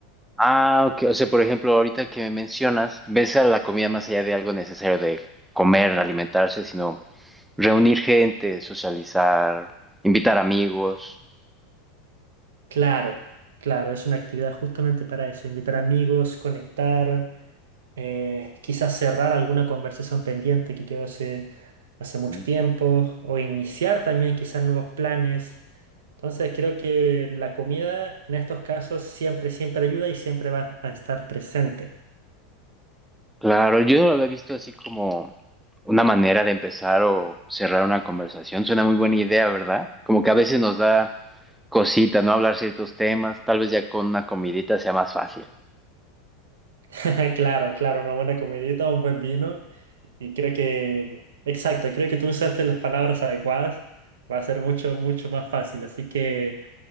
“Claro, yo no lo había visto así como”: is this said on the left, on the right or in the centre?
Centre